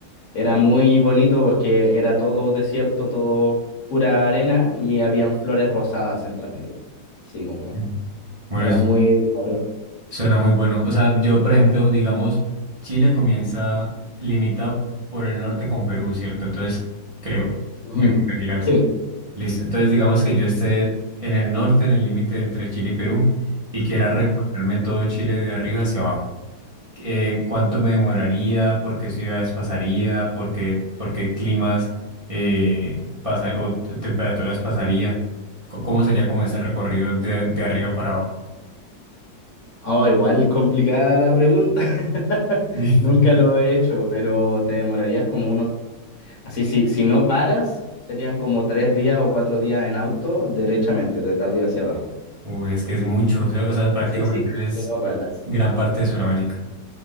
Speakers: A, on the left; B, on the right.
A: era muy bonito porque era todo desierto, todo pura arena y habían flores rosadas entre medio. Sí, como
B: Mm. Bueno,
A: era
B: es-
A: muy... raro.
B: suena muy bueno. O sea, yo, por ejemplo, digamos, Chile comienza limitado por el norte con Perú, ¿cierto? Entonces, creo,
A: Ujú.
B: me corregirás.
A: Sí.
B: Listo. Entonces, digamos que yo esté en el norte, en el límite entre Chile y Perú, y quiera recorrerme todo Chile de arriba hacia abajo. eh, cuánto me demoraría, por qué ciudades pasaría, por qué, por qué climas eh, pasa, o t- temperaturas pasaría, Co- cómo sería como ese recorrido de, de arriba para abajo.
A: Oh, igual complicada la pregunta. <laughs>
B: <laughs>
A: Nunca lo he hecho, pero te demorarías como unos... Así, si, si no paras, serían como tres días o cuatro días en auto, derechamente, desde arriba hacia abajo.
B: Uy, es que es mucho, o sea, o sea, prácticamente
A: Sí, sí,
B: es
A: si no paras.
B: gran parte de Sudamérica.